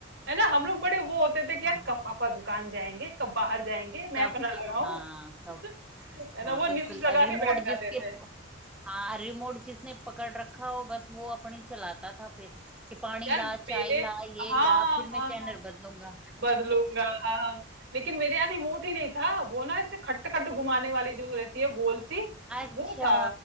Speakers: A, on the right; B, in the centre.
A: है ना हम लोग बड़े वो होते थे कि यार
B: हाँ
A: कब पापा दुकान जाएंगे कब बाहर जाएंगे मैं
B: कब
A: अपना
B: कब
A: लगाऊं
B: हाँ
A: <laughs>
B: कब
A: है ना
B: हाँ
A: वो
B: बिल्कुल
A: न्यूज लगा
B: रिमोट
A: के बैठ जाते
B: जिसके
A: थे
B: हाँ रिमोट जिसने पकड़ रखा हो बस वो अपनी चलाता था फिर कि पानी
A: यार
B: ला
A: मेरे
B: चाय ला ये
A: हाँ
B: ला फिर
A: हाँ
B: मैं चैनल बदलूंगा
A: बदलूंगा हाँ हाँ लेकिन मेरे यहाँ रिमोट ही नहीं था वो ना ऐसे खट खट घुमाने वाली जो रहती है गोल सी
B: अच्छा
A: वो था